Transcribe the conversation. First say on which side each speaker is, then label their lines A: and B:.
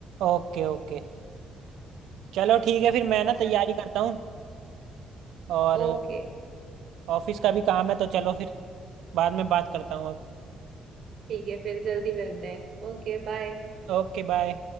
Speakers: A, on the right; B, on the right.
A: Okay okay चलो ठीक है फिर मैं ना
B: चल
A: तैयारी करता हूँ और
B: ओके
A: ऑफिस का भी काम है तो चलो फिर बाद में बात करता हूँ अब
B: ठीक है फिर जल्दी मिलते हैं ओके बाय
A: Okay bye